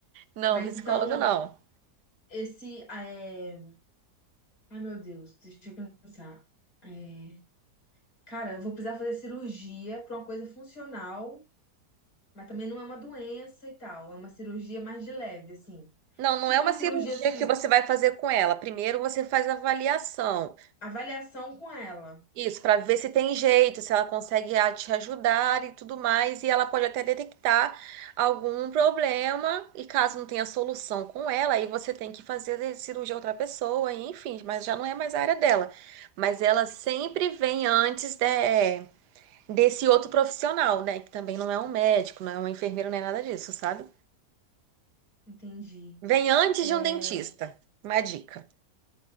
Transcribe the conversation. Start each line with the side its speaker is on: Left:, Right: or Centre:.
Right: Não,
Left: Mas
Right: psicólogo
Left: então,
Right: não.
Left: esse, é... Ai, meu Deus, deixa eu pensar. É... cara, eu vou precisar fazer cirurgia pra uma coisa funcional, mas também não é uma doença e tal. É uma cirurgia mais de leve, assim.
Right: Não, não
Left: Tipo
Right: é
Left: uma
Right: uma cirurgia
Left: cirurgia, assim,
Right: que você vai fazer com ela. Primeiro você faz a avaliação,
Left: avaliação com ela.
Right: Isso, para ver se tem jeito, se ela consegue a- te ajudar e tudo mais. E ela pode até detectar algum problema. E caso não tenha solução com ela, aí você tem que fazer a cirurgia a outra pessoa, e enfim, mas já não é mais a área dela. Mas ela sempre vem antes de- é, desse outro profissional, né? Que também não é um médico, não é uma enfermeira, não é nada disso, sabe?
Left: Entendi.
Right: Vem antes
Left: É,
Right: de um dentista. Uma dica.